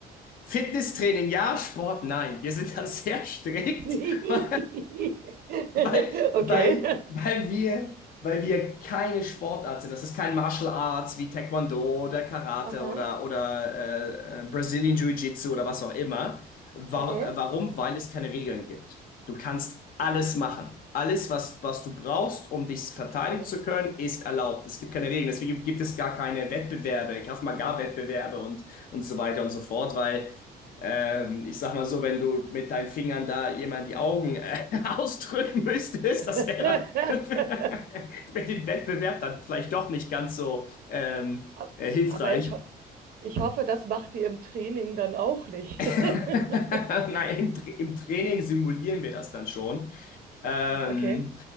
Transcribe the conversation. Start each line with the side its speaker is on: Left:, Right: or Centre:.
Left: Fitnesstraining, ja, Sport, nein. Wir sind da sehr strikt.
Right: <laughs>
Left: <laughs> Weil,
Right: Okay.
Left: weil, weil wir, weil wir keine Sportart sind. Das ist kein Martial Arts wie Taekwondo oder Karate
Right: Aha,
Left: oder, oder äh, äh, Brazilian Jiu-Jitsu oder was auch immer. Wa-
Right: okay.
Left: äh, warum? Weil es keine Regeln gibt. Du kannst alles machen. Alles, was, was du brauchst, um dich verteidigen
Right: Okay.
Left: zu können, ist erlaubt. Es gibt keine Regeln. Deswegen gibt es gar keine Wettbewerbe, Krav Maga-Wettbewerbe und, und so weiter und so fort, weil ähm, ich sag mal so, wenn du mit deinen Fingern da jemand die Augen äh, <laughs> ausdrücken müsstest,
Right: <laughs>
Left: das wäre dann <laughs> für den Wettbewerb dann vielleicht doch nicht ganz so ähm,
Right: A-
Left: äh, hilfreich.
Right: Aber ich, ho ich hoffe, das macht die im Training dann auch nicht.
Left: <laughs> Nein,
Right: <laughs>
Left: im, Tra- im Training simulieren wir das dann schon. Ähm,
Right: Okay.